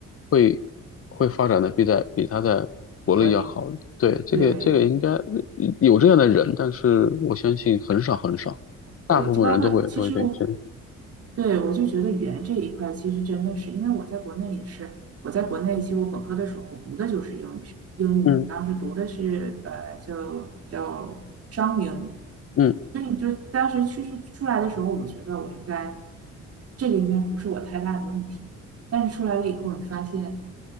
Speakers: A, on the left (about 50°); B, on the right (about 50°).
A: 会会发展的比在比他在国内要好。
B: 国内
A: 对，这个这个应该
B: 对
A: 有这样的人，但是我相信很少很少，大部分人都会都会对这，
B: 对，就包括其实我对，我就觉得语言这一块其实真的是，因为我在国内也是，我在国内其实我本科的时候我读的就是英语英语当时读的是呃叫叫商务英语，
A: 嗯嗯，
B: 所以你就当时趋势出来的时候，我觉得我应该这个应该不是我太大的问题，但是出来了以后，你发现